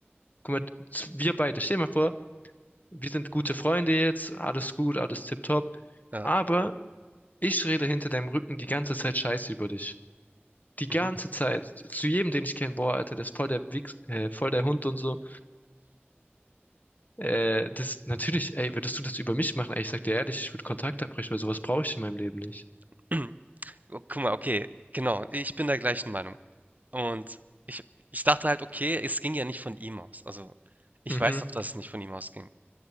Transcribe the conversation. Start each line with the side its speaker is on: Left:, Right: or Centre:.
Left: guck mal, z- wir beide, stell dir mal vor, wir sind gute Freunde jetzt, alles gut, alles tipptopp.
Right: Ja.
Left: Aber ich rede hinter deinem Rücken die ganze Zeit Scheiße über dich. Die ganze
Right: Mhm.
Left: Zeit. Zu jedem, den ich kenne, boah, Alter, das ist voll der Wichs, äh, voll der Hund und so. Äh, das, natürlich, ey, würdest du das über mich machen? Ey, ich sag dir ehrlich, ich würde Kontakt abbrechen, weil sowas brauche ich in meinem Leben nicht.
Right: <clears throat> Oh, Guck mal, okay, genau. Ich bin der gleichen Meinung. Und ich, ich dachte halt, okay, es ging ja nicht von ihm aus. Also, ich
Left: Mhm.
Right: weiß doch, dass es nicht von ihm ausging.